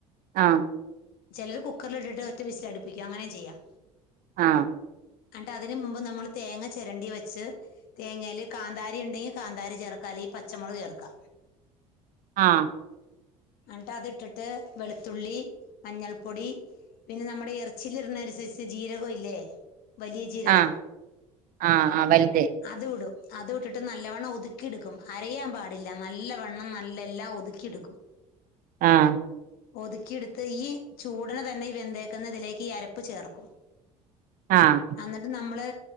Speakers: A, on the right; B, on the left.
A: ആഹ്
B: ചിലർ കുക്കറിലിട്ട്ട്ട് ഒറ്റ വിസ് ലാടിപ്പിക്കും അങ്ങനിം ചെയ്യാം.
A: ആഹ്
B: അൺട്ട് അതിന് മുമ്പ് നമ്മള് തേങ്ങ ചെരണ്ടി വെച്ച് തേങ്ങേല് കാന്താരി ഉണ്ടെങ്കി കാന്താരി ചേർക്കാ അല്ലെങ്കി പച്ചമുളക് ചേർക്കാ
A: ആഹ്
B: അൺ ട്ട് അത് ഇട്ടിട്ട് വെളുത്തുള്ളി മഞ്ഞൾപ്പൊടി പിന്നെ നമ്മടെ ഈ എർച്ചീല്ട്ണ ഒരു സൈസ് ജീരകം ഇല്ലേ വലിയ ജീരകം
A: ആ ആ ആ വലുത്
B: അത് വിടും അത് ഇട്ടിട്ട് നല്ലവണ്ണം ഒതുക്കി എടുക്കും അരയാൻ പാടി ടില്ല നല്ല വെണ്ണം നല്ല എല്ലാം ഒതുക്കി എടുക്കും
A: ആഹ്
B: ഒതുക്കി ഇടുത്ത് ഈ ചൂടിന് തന്നെ ഈ വെന്തേക്കുന്ന ഇതിലേക്ക് ഈ അരപ്പ് ചേർക്കും.
A: ആഹ്
B: അന്നിട്ട് നമ്മള്